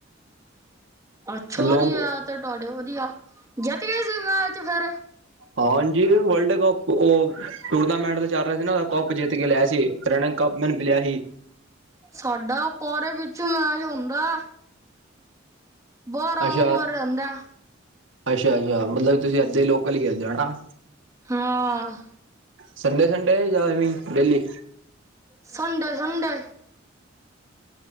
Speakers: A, on the right; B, on the right.
A: ਅੱਛਾ
B: ਲੋਂਗ
A: ਜੀ ਟੋੜਿਓ <inaudible> ਵਧੀਆ ਜਿੱਤ ਗਏ ਸੀ ਮੈਚ ਫਿਰ?
B: ਹਾਂਜੀ ਵਰਲਡ ਕੱਪ ਉਹ ਟੂਰਨਾਮੈਂਟ ਤੇ ਚੱਲ ਰਿਆ ਸੀ ਨਾ ਓਹਦਾ ਕੱਪ ਜਿੱਤ ਲਿਆ ਸੀ ਤਰੇਨਿੰਗ ਕੱਪ ਮੈਨੂੰ ਮਿਲਿਆ ਸੀ।
A: ਸਾਡਾ ਪਾਰਕ ਵਿੱਚ ਮੈਚ ਹੁੰਦਾਹੈ। ਬਾਰ
B: ਅੱਛਾ
A: ਬਾਰ ਆਂਦਾ। <inaudible>
B: ਅੱਛਾ- ਅੱਛਾ ਮਤਲਬ ਤੁਸੀਂ ਇੱਥੇ ਲੋਕਲ ਹੀ ਖੇਲਦੇ ਹੋ ਨਾ?
A: ਹਾਂ
B: ਸੰਡੇ ਸੰਡੇ ਜਾ ਐਵੇ ਹੀ ਡੇਲੀ?
A: ਸੰਡੇ ਸੰਡੇ